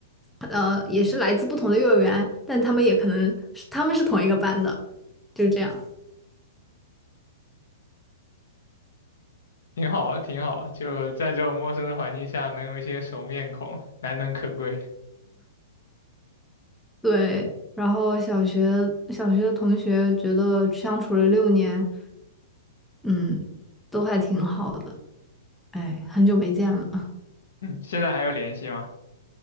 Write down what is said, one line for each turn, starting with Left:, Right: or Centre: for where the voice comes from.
Centre: 呃，也是来自不同的幼儿园，但他们也可能是他们是同一个班的，就是这样。
Left: 挺好，挺好。就在这种陌生的环境下，能有一些熟面孔，难能可贵。
Centre: 对，然后小学小学的同学觉得相处了六年，嗯，都还挺好的。哎，很久没见了。
Left: 现在还有联系吗？